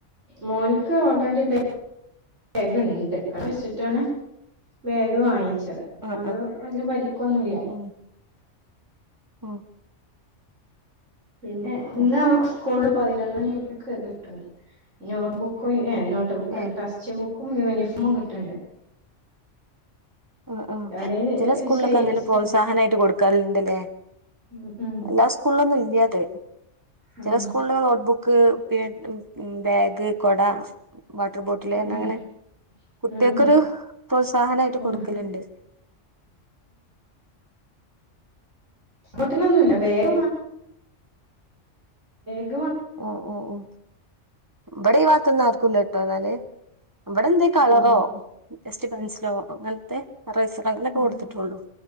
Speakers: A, on the right; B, on the right.
A: മോനിക്ക് ഓൾറെഡി ബാഗുണ്ട് കഴി വെച്ചിട്ടാണ് ബാഗ് വാങ്ങി ത് അപ്പൊ
B: ആഹ്
A: അത്
B: ആഹ്
A: വല്ല പരിക്കൊന്നുമല്ല
B: ഉം ഉം
A: പിന്നെ ഇന്ന്
B: ഉം
A: അവർക്ക് സ്കൂളിൽ പതിനൊന്നണി ഒക്കെ എതിട്ടുണ്ട് നോട്ട്ബുക്കും ബുക്കല്ല
B: ഏഹ്
A: ടെസ്റ്റ് ബുക്കും യൂണിഫോമു കിട്ടണ്ട്
B: ഉ ഉ
A: അത്
B: ചില സ്കൂളിലൊക്കെ അങ്ങനെ പ്രോത്സാഹന ആയിട്ട് കൊടുക്കാറുണ്ട്ല്ലേ
A: ഉം ഉം
B: എല്ലാ സ്കൂളിലൊന്നും ഇല്ലതെ
A: ഉം
B: ചില സ്കൂളില് നോട്ട്ബുക്ക് ക്ക് പി ബാഗ് കൊട വാട്ടർ ബോട്ടിൽെ അങ്ങനെ
A: ഉം
B: കുട്ടികൾക്കൊരു
A: ഉം ഉം
B: പ്രോത്സാഹന ആയിട്ട്
A: ഉം
B: കൊടുക്കലുണ്ട്
A: ഇങ്ങോട്ടൊന്നല്ല വേഗ മാറ
B: ഓ ഉഓ ഉഓ ബടെ വാത്തൊന്ന ആർക്കുംല്ല കേട്ടോ എന്നാലേ അവിടെ എന്ത കളറോ
A: ഉം
B: ജസ്റ്റ് പെൻൻസിലോ അങ്ങനത്തെ റൈസർ അങ്ങനൊക്കെ
A: ഉ
B: കൊടുത്തിട്ടുള്ളൂ